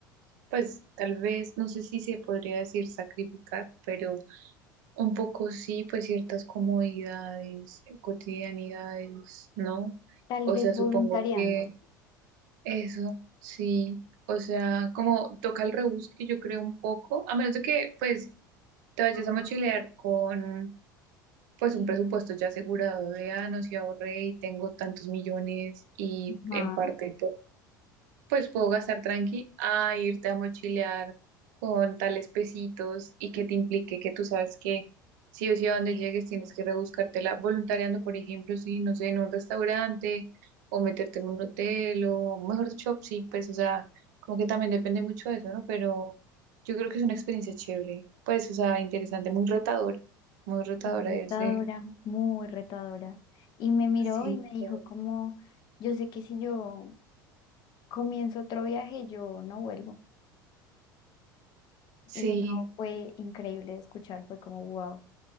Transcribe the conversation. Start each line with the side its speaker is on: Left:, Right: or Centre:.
Right: Pues tal vez, no sé si se podría decir sacrificar, pero un poco sí, pues ciertas comodidades, eh, cotidianidades, ¿no?
Left: Tal
Right: O
Left: vez
Right: sea,
Left: voluntariando.
Right: supongo que
Left: sí.
Right: eso, sí. O sea, como toca el rebusque, yo creo un poco, a menos de que pues te vayas a mochilear con pues un presupuesto ya asegurado de, ah, no, si ahorré y tengo tantos millones y
Left: Ajá,
Right: en parte pues puedo gastar tranqui a irte a mochilear con tales pesitos y que te implique que tú sabes que sí o sí a donde llegues tienes que rebuscártela voluntariando, por ejemplo, si no sé, en un restaurante o meterte en un hotel o mejor dicho, sí, pues o sea, como que también depende mucho de eso, ¿no? Pero yo creo que es una experiencia chévere, pues o sea, interesante, muy retadora, muy retadora
Left: muy retadora,
Right: irse.
Left: muy retadora. Y me miró
Right: Sí,
Left: y me dijo
Right: claro.
Left: como, yo sé que si yo comienzo otro viaje, yo no vuelvo. Y
Right: Sí,
Left: eso fue increíble de escuchar, fue como, wow.